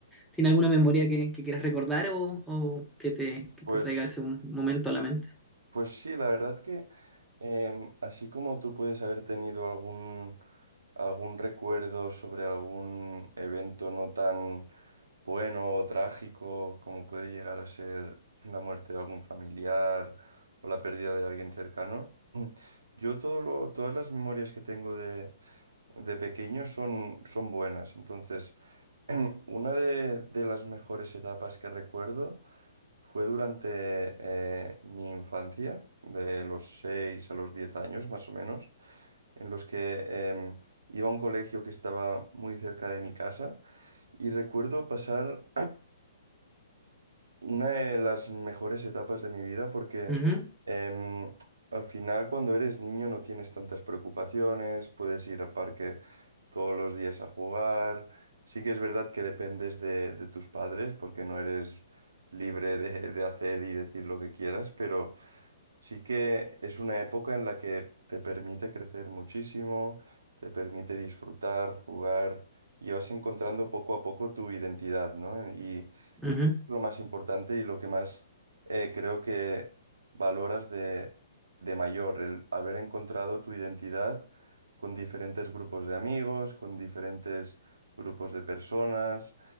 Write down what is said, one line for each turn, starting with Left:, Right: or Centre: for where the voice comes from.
Centre: ¿Tiene alguna memoria que, que quieras recordar o, o que te, que
Right: Pues,
Centre: te traiga ese un momento a la mente?
Right: pues sí, la verdad que em, así como tú puedes haber tenido algún, algún recuerdo sobre algún evento no tan bueno o trágico como puede llegar a ser la muerte de algún familiar o la pérdida de alguien cercano, <clears throat> yo todo lo- todas las memorias que tengo de, de pequeño son, son buenas. Entonces, <clears throat> Una de, de las mejores etapas que recuerdo fue durante eh, mi infancia, de los 6 a los 10 años más o menos, en los que em, iba a un colegio que estaba muy cerca de mi casa y recuerdo pasar una de las mejores etapas de mi vida porque
Centre: Ujú,
Right: em, al final cuando eres niño no tienes tantas preocupaciones, puedes ir al parque todos los días a jugar. Sí que es verdad que dependes de, de tus padres porque no eres libre de, de hacer y decir lo que quieras, pero sí que es una época en la que te permite crecer muchísimo, te permite disfrutar, jugar y vas encontrando poco a poco tu identidad, ¿no? Y
Centre: ujú.
Right: lo más importante y lo que más eh, creo que valoras de, de mayor, el haber encontrado tu identidad con diferentes grupos de amigos, con diferentes grupos de personas